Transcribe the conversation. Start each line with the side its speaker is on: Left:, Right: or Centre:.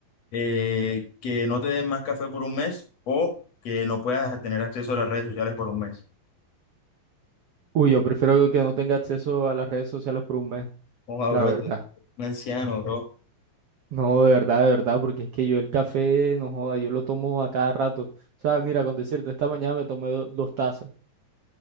Left: eh, que no te den más café por un mes o que no puedas tener acceso a las redes sociales por un mes.
Right: Uy, yo prefiero que no tenga acceso a las redes sociales por un mes,
Left: Ojo,
Right: la
Left: bro,
Right: verdad.
Left: tú eres un anciano, bro.
Right: No, de verdad, de verdad, porque es que yo el café, no joda, yo lo tomo a cada rato. ¿Sabes? Mira, con decirte, esta mañana me tomé do- dos tazas.